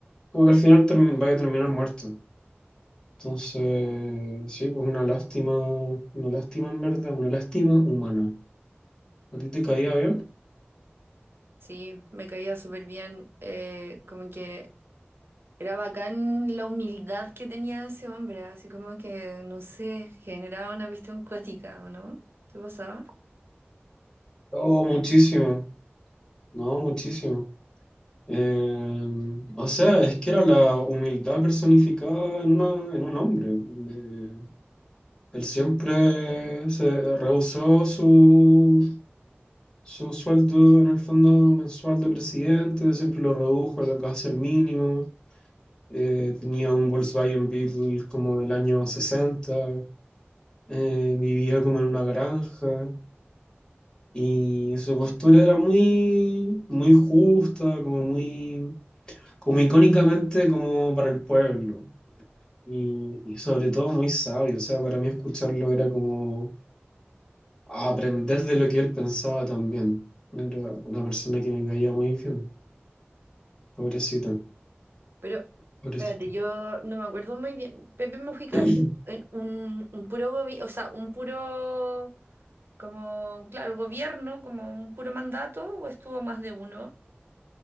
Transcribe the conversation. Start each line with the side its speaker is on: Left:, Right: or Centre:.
Left: como que al final termi- vaya a terminar muerto. Entonces, sí, pues una lástima, una lástima en verdad, una lástima humana. ¿A ti te caía
Right: Mm.
Left: bien?
Right: Sí, me caía súper bien. eh, como que era bacán la humildad que tenía ese hombre, así como que, no sé, generaba una cuestión cuática, ¿o no? ¿Te pasaba?
Left: Oh, muchísimo, no, muchísimo. Eh, o sea, es que era la humildad personificada en, una- en un hombre. Eh, él siempre se rehusó su, su sueldo en el fondo mensual de presidente, siempre lo redujo a la- casi al mínimo. Eh, tenía un Volkswagen Beetle como del año 60. eh, vivía como en una granja y su postura era muy, muy justa, como muy como icónicamente como para el pueblo. Y, y sobre todo muy sabio, o sea, para mí escucharlo era como aprender de lo que él pensaba también. Era una persona que me caía muy bien, pobrecito,
Right: Pero,
Left: pobrecito.
Right: espérate, yo no me acuerdo muy bien. Pepe Mujica
Left: <clears throat>
Right: es en un, un puro gobierno, o sea, un puro, como, claro, gobierno, como un puro mandato, o estuvo más de uno.